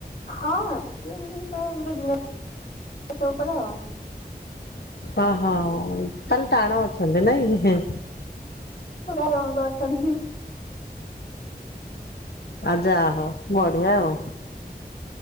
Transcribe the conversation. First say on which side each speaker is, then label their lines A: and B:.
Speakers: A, on the left; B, on the left.
A: ହଁ ବିଜନେସ୍ ସବୁ କର <inaudible>
B: ଓହୋ ତାହେଲେ ଟାଣ ଅଛନ୍ତି ନାଇ
A: ପୁରୁର ରଙ୍ଗ <inaudible> <unintelligible>
B: ଆ ଯାହଉ ବଢିଆ ଆଉ।